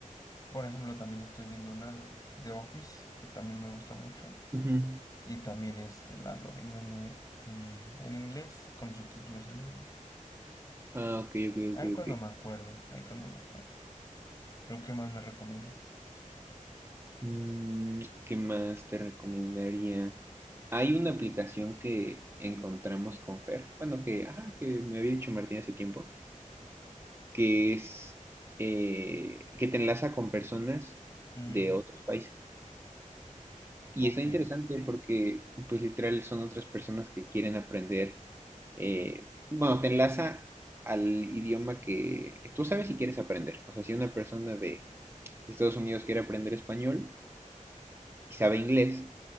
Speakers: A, on the left; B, on the right.
A: Por ejemplo, también estoy viendo una de, de Office, que también me gusta mucho,
B: Ujú.
A: y también este, la ando viendo en, eh, en, en inglés, con subtítulos en inglés.
B: Ah, ok, ok,
A: Ahí
B: ok,
A: cuando
B: ok.
A: me acuerdo, ahí cuando me acuerdo. Pero, ¿qué más me recomiendas?
B: Mm, ¿qué más te recomendaría? Hay una aplicación que encontramos con Fer, bueno, que, ajá, que me había dicho Martín hace tiempo, que es eh, que te enlaza con personas
A: Mm,
B: de otros países. Y
A: ok.
B: está interesante porque, pues literal, son otras personas que quieren aprender. eh, bueno, te enlaza al idioma que tú sabes si quieres aprender. O sea, si una persona de Estados Unidos quiere aprender español y sabe inglés,